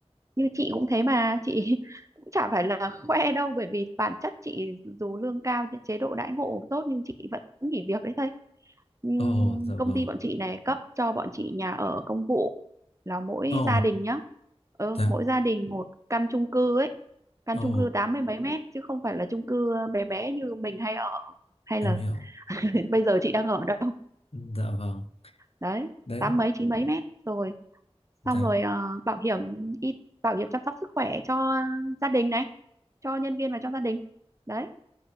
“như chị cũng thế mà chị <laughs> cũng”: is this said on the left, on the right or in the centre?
Right